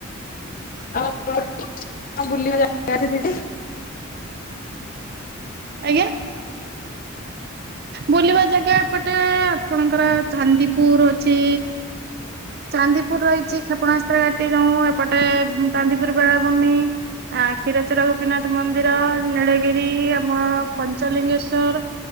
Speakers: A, on the left; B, on the right.
A: ଆଉ କଣ ବୁଲିବା ଜାଗା ଅଛି ସେଇଠି?
B: ଆଜ୍ଞା। ବୁଲିବା ଜାଗା ଏପଟେ ଆପଣଙ୍କର ଚାନ୍ଦିପୁର ଅଛି। ଚାନ୍ଦିପୁର୍ ରହିଚି କ୍ଷେପଣାସ୍ତ୍ର ଘାଟି ଯୋଉଁ ଏପଟେ ଚାନ୍ଦିପୁର୍ ବେଳାଭୂମି ଆଁ କ୍ଷୀରଚୋରା ଗୋପୀନାଥ ମନ୍ଦିର ନୀଳଗିରି ଅ <unintelligible> ପଞ୍ଚଲିଙ୍ଗେଶ୍ଵର